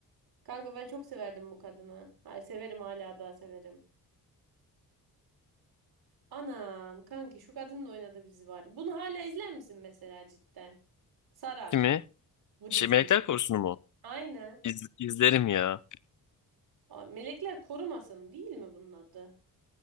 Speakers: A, on the right; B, on the left.
A: Kanka ben çok severdim bu kadını. Hayır severim hala daha severim. Anam kanki şu kadının da oynadığı bir dizi vardı. Bunu hala izler misin mesela cidden? Sarar
B: Kimi?
A: bu
B: Şey
A: diziyi.
B: Melekler Korusu'nu mu?
A: Aynen.
B: İz, izlerim ya.
A: Aa, Melekler Korumasın değil mi bunun adı?